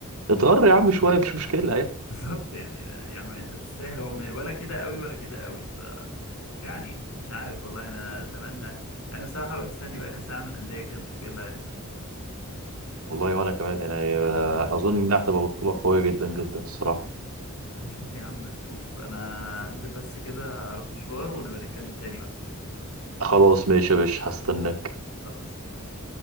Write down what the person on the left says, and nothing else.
بالظبط يعني يعني انت تستاهل هو م- ولا كده قوي ولا كده قوي ف يعني مش عارف والله انا اتمنى انا بصراحه بقى مستني بقى كاس العالم للانديه كده نشوف ايه اللي هيحصل
هنشوف يا عم هنشوف انا هنزل بس كده اروح مشوار ونبقى نتكلم تاني بقى
خلاص ماشي